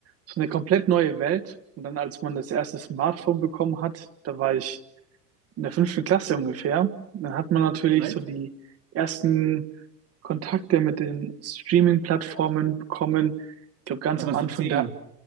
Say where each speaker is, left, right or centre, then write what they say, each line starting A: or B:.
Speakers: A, on the right; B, on the right.
A: so eine komplett neue Welt. Und dann, als man das erste Smartphone bekommen hat, da war ich in der fünften Klasse ungefähr, dann hat man natürlich
B: wie alt?
A: so die ersten Kontakte mit den Streaming-Plattformen bekommen. Ich glaube, ganz
B: Da
A: am
B: warst
A: Anfang
B: du zehn
A: der